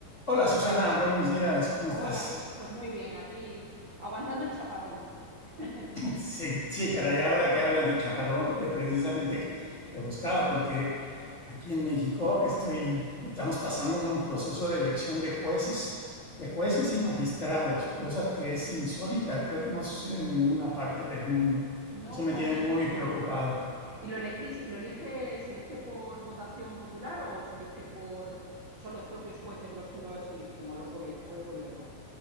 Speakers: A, on the left (about 20°); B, on the right (about 70°).
A: Hola Susana, buenos días, ¿cómo
B: Hola,
A: estás?
B: pues muy bien, aquí aguantando el chaparrón. <laughs>
A: Sí, sí, caray, ahora que hablas de chaparrón, eh, precisamente te buscaba porque aquí en México estoy, estamos pasando un proceso de elección de jueces, de jueces
B: Uy,
A: y magistrados, cosa que es insólita, creo que no sucede en ninguna parte del mundo.
B: No,
A: Eso me
B: aquí
A: tiene muy
B: de-
A: preocupado.
B: ¿Y lo elegís, lo elige, se elige por votación popular o se elige por son los propios jueces los que los eligen o los gobierno o el gobierno?